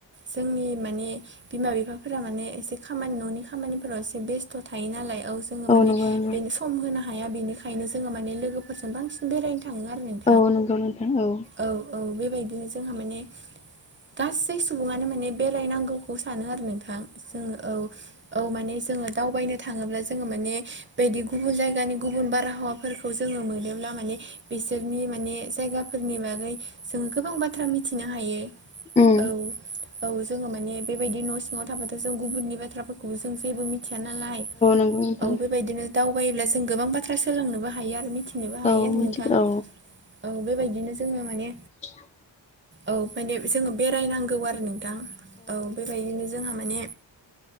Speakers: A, on the right (about 25°); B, on the left (about 15°).
A: जोंनि माने बिमा बिफाफोरा माने एसे खामानि न'नि खामानिफोराव एसे बेस्थ' थायो नालाय औ जोङो माने
B: नंगौ नंगौ
A: बेनि सम होनो हाया बेनिखायनो जोङो माने लोगोफोरजों बांसिन बेरायनो थाङो आरो नों
B: औ नंगौ नोंथां औ।
A: औ औ बेबायदिनो जोंहा माने गासै सुबुङानो माने बेरायनांगौखौ सानो आरो नोंथां। जोङो औ। औ माने जोङो दावबायनो थाङोब्ला जोङो माने बेदि गुबुन जायगानि गुबुन बारहावा फोरखौ जोङो मोनोब्ला मोने बिसोरनि माने जायगाफोरनि बागै जोङो गोबां बा थ्रा मिथिनो हायो
B: उम
A: औ। औ जोङो माने बेबायदि न' सिङाव थाबाथ' जों गुबुननि बाथ्राफोरखौबो जों जेबो मिथिया नालाय। औ,
B: नंगौ नोंथां
A: बेबायदिनो दावबायोब्ला जों गोबां बाथ्रा सोलोंनोबो हायो आरो मिथि नोबो हायो
B: औ
A: आरो
B: मिथिगौ
A: नोंथां। औ, बेबायदिनो जोङो माने
B: <inaudible>
A: औ माने जोङो बेरायनांगौ आरो नोंथां। औ, बेबायदिनो जोंहा माने